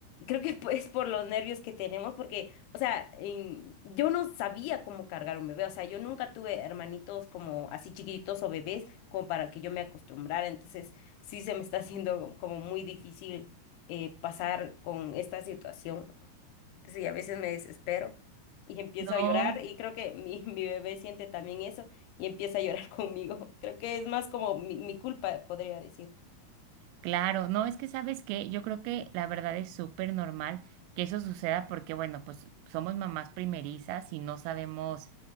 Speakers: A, on the left (about 80°); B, on the right (about 85°).
A: creo que <laughs> es por los nervios que tenemos, porque, o sea, en- yo no sabía cómo cargar un bebé, o sea, yo nunca tuve hermanitos como así chiquitos o bebés como para que yo me acostumbrara, entonces sí se me está haciendo como muy difícil eh, pasar con esta situación. Sí, a veces me desespero y empiezo
B: No,
A: a llorar y creo que mi, <laughs> mi bebé siente también eso y empieza a llorar <laughs> conmigo. Creo que es más como mi, mi culpa, podría decir.
B: Claro, no, es que sabes que yo creo que la verdad es súper normal que eso suceda porque, bueno, pues somos mamás primerizas y no sabemos